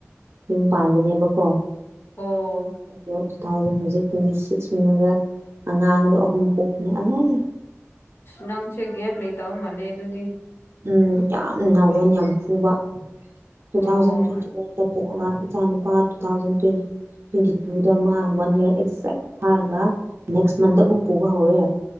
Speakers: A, on the right (about 55°); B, on the left (about 50°).
A: ꯌꯨꯝ ꯄꯥꯟꯕꯅꯦꯕꯀꯣ
B: ꯑꯥ
A: ꯑꯗꯣ ꯇꯨ ꯊꯥꯎꯖꯟ ꯍꯧꯖꯤꯛ ꯇ꯭ꯋꯦꯟꯇꯤ ꯁꯤꯛꯁ ꯃꯅꯨꯡꯗꯒ ꯑꯉꯥꯡꯗꯣ ꯑꯍꯨꯝ ꯄꯣꯛꯄꯅꯦ ꯑꯂꯩ
B: ꯅꯪꯁꯦ ꯒꯦꯞ ꯂꯩꯇꯕ ꯃꯥꯜꯂꯦ ꯑꯗꯨꯗꯤ
A: ꯎꯝ ꯌꯥꯝ ꯅꯥꯎꯔꯣꯟ ꯌꯥꯝ ꯐꯨꯕ ꯇꯨ
B: ꯑꯣ
A: ꯊꯥꯎꯖꯟ ꯇ꯭ꯋꯦꯟꯇꯤ ꯋꯥꯟꯗ ꯄꯣꯛꯑꯒ ꯏꯆꯥꯅꯨꯄꯥ ꯇꯨ ꯊꯥꯎꯖꯟ ꯇ꯭ꯋꯦꯟꯇꯤ ꯇ꯭ꯋꯦꯟꯇꯤ ꯇꯨꯗ ꯃꯥ ꯋꯥꯟ ꯏꯌꯥꯔ ꯑꯩꯠꯥꯏ ꯐꯥꯔꯒ ꯅꯦꯛꯁ ꯃꯟꯗ ꯑꯃꯨꯛ ꯄꯨꯕ ꯍꯧꯔꯦ